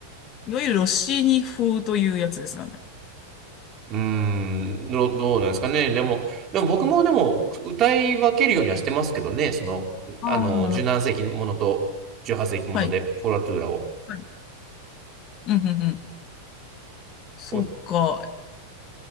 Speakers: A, on the left; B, on the right.
A: いわゆるロッシーニ風というやつですかね。
B: うーん、どどうなんですかね。でも、でも僕もでも歌い分けるようにはしてますけどね、その、
A: ああ、
B: あの、17世紀ものと18世紀ものでコラトゥーラを。
A: はい。はい。うん、うん、うん。そっか。
B: そう